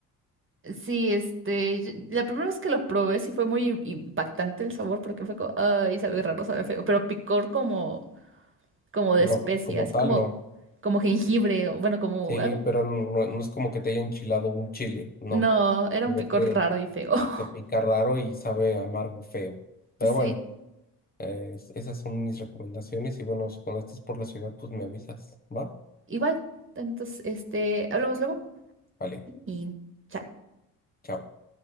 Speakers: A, on the right; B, on the left.
A: Sí, este, yo- la primera vez que lo probé sí fue muy impactante el sabor porque fue como, ay, sabe raro, sabe feo, pero picor como, como de
B: No,
A: especia,
B: como
A: así
B: tal,
A: como,
B: no.
A: como jengibre, o bueno, como
B: Sí,
A: algo.
B: pero no, no es como que te haya enchilado un chile, no.
A: No, era
B: Simplemente
A: un picor raro y feo. <laughs>
B: te pica raro y sabe amargo, feo. Pero
A: Sí.
B: bueno, eh, esas son mis recomendaciones y bueno, cuando estés por la ciudad, pues me avisas, ¿va?
A: Igual, entonces, este, hablamos luego
B: Vale,
A: y chao.
B: chao.